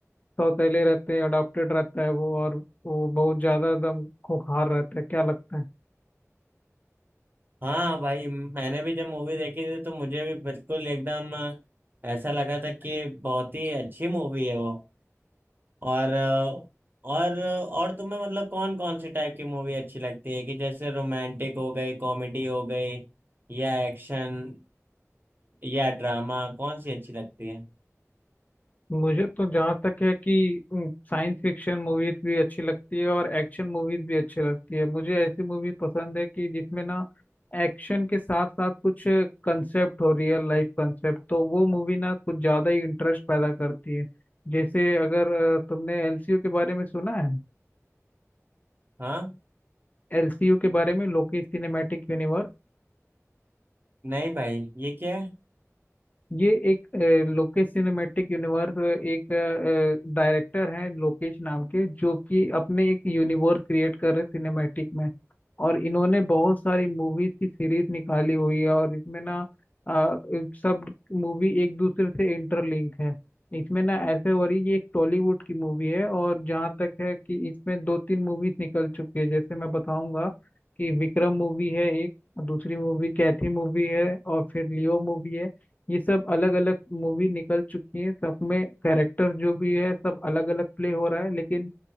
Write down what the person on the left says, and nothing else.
सौतेले रहते हैं अडॉप्टेड रहता है वो और वो बहुत ज्यादा दम खूंखार रहता है क्या लगता है
मुझे तो जहाँ तक है कि साइंस फिक्शन मूवीज भी अच्छी लगती है और एक्शन मूवीज भी अच्छी लगती है मुझे ऐसी मूवी पसंद है कि जिसमें ना एक्शन के साथ साथ कुछ कंसेप्ट हो रियल लाइफ कंसेप्ट तो वो मूवी ना कुछ ज्यादा ही इंटरेस्ट पैदा करती है जैसे अगर अ, तुमने एलसीयू के बारे में सुना है
एलसीयू के बारे में लोकी सिनेमैटिक यूनिवर्स
ये एक अ, लोकेश सिनेमैटिक यूनिवर्स एक डायरेक्टर हैं लोकेश नाम के जो कि अपने एक यूनिवर्स क्रिएट कर रहे सिनेमैटिक में और इन्होंने बहुत सारी मूवीज की सीरीज निकाली हुई है और इसमें ना अ, सब मूवी एक दूसरे से इंटरलिंक है इसमें ना ऐसे हो रही ये एक टॉलीवुड की मूवी है और जहाँ तक है कि इसमें दो तीन मूवीज निकल चुकी है जैसे मैं बताऊंगा कि विक्रम मूवी है एक दूसरी मूवी कैथी मूवी है और फिर लियो मूवी है ये सब अलग अलग मूवी निकल चुकी है सब में कैरेक्टर जो भी है सब अलग अलग प्ले हो रहा है लेकिन